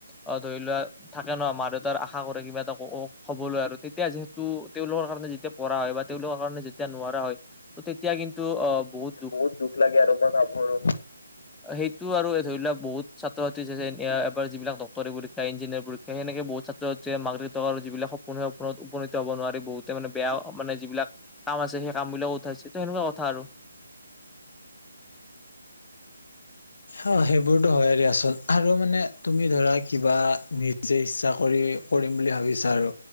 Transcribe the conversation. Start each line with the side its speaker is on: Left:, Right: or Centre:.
Centre: অ ধৰি লোৱা থাকে ন মা দেউতাৰ আশা কৰে কিবা এটা অ অ হ'বলৈ আৰু তেতিয়া যিহেতু তেওঁলোকৰ কাৰণে পঢ়া হয় বা তেওঁলোকৰ কাৰণে যেতিয়া নোৱাৰা হয় তেতিয়া কিন্তু অ বহুত
Left: বহুত দুখ লাগে আৰু মই ভাবো আৰু
Centre: সেইটো আৰু ধৰি লোৱা বহুত ছাত্ৰ ছাত্ৰী আছে এবাৰ যিবিলাক ডাক্তৰী পৰীক্ষা ইঞ্জিনিয়াৰ পৰীক্ষা সেনেকে বহুত ছাত ছাত্ৰ ছাত্ৰীযে মাক দেউতাকে যিবিলাক সপোন আছে সপোনত উপনীত হব নোৱাৰে বহুতে মানে বেয়া অ মানে যিবিলাক কাম আছে সেই কাম বিলাক উঠাইছে সেনেকোৱা কথা আৰু
Left: অহ সেইবোৰটো হয়ে দিয়াচোন আৰু মানে তুমি ধৰা কিবা নিজে ইচ্ছা কৰি কৰিম বুলি ভাবিছা আৰু